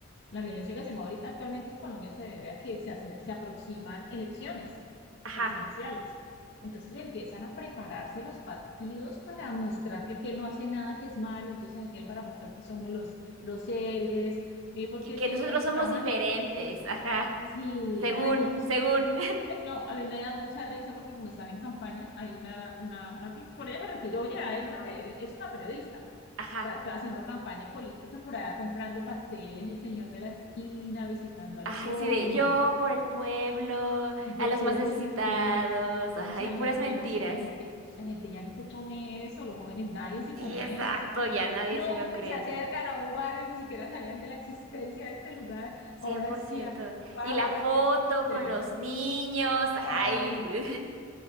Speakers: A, on the left; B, on the right.
A: La violencia que se mueve ahorita actualmente en Colombia se debe a que se, hace- se aproximan elecciones
B: Ajá,
A: presidenciales. Entonces empiezan a prepararse los partidos para mostrar que aquel no hace nada que es malo, entonces aquel para mostrar que somos los, los héroes, eh, porque
B: que, que
A: siempre
B: nosotros somos
A: trabajan
B: diferentes, ajá,
A: Sí,
B: según,
A: ay, no, tú siempre.
B: según,
A: Ay, no, a mí me da mucha risa porque como están en campaña, hay una, una, una, pi- por ella se retiró ya, era una, pe- es una periodista.
B: <laughs> ajá.
A: O sea, está haciendo campaña política por allá comprando pasteles, el señor de la esquina, visitando al
B: Ay,
A: pobre,
B: sí, de yo
A: y yo,
B: por el pueblo,
A: y yo,
B: a los
A: qué
B: más necesitados,
A: ridiculez.
B: ay,
A: O sea, la
B: puras
A: gente
B: mentiras.
A: ya no se, la gente, la gente ya no se come eso, los jóvenes, nadie se
B: Sí,
A: come
B: exacto,
A: eso, así como
B: ya
A: que
B: nadie
A: nunca
B: se lo cree.
A: se acercan a un barrio, ni siquiera sabían de la existencia de este lugar,
B: cien
A: ahora
B: por
A: sí,
B: ciento
A: ocupada
B: Y la
A: por
B: foto
A: la que vende pasteles.
B: con los niños, ay.
A: Ay,